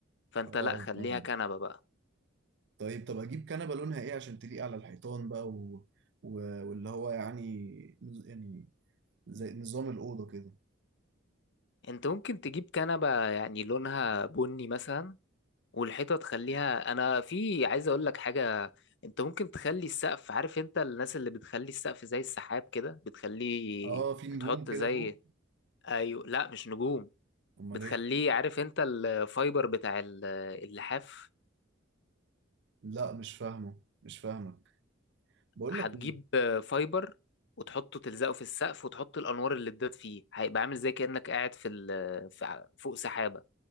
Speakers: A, on the left (about 60°); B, on the right (about 60°).
A: فأنت
B: اه
A: لا خليها
B: فاهم
A: كنبة بقى
B: طيب طب اجيب كنبه لونها ايه عشان تليق على الحيطان بقى و... و... واللي هو يعني نز- يعني زي نظام الاوضه كده
A: أنت ممكن تجيب كنبة يعني لونها بني مثلا والحيطه تخليها انا في عايز اقول لك حاجه انت ممكن تخلي السقف عارف انت الناس اللي بتخلي السقف زي السحاب كده بتخليه
B: اه في نجوم
A: بتحط
B: كده
A: زي
B: فوق
A: ايوه لا مش نجوم
B: امال
A: بتخليه
B: ايه
A: عارف انت الفايبر بتاع ال- اللحاف
B: لا مش فاهمه مش فاهمك بقول
A: هتجيب
B: لك ايه
A: فايبر وتحطه تلزقه في السقف وتحط الانوار اللي اتداد فيه هيبقى عامل زي كانك قاعد في ال- في ع- فوق سحابه